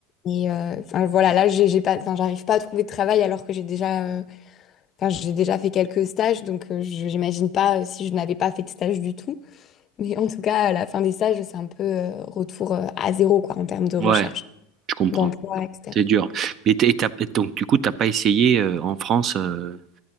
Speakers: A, on the left; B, on the right.
A: Et euh, enfin, voilà, là, j'ai j'ai pas, enfin, j'arrive pas à trouver de travail alors que j'ai déjà, euh, enfin, j'ai déjà fait quelques stages. Donc, euh, je- j'imagine pas euh, si je n'avais pas fait de stage du tout. Mais en tout cas, à la fin des stages, c'est un peu euh, retour euh, à zéro, quoi, en termes de
B: Ouais,
A: recherche,
B: je comprends.
A: d'emploi, etc.
B: C'est dur. Mais t'es- t'as- donc, du coup, t'as pas essayé euh, en France euh,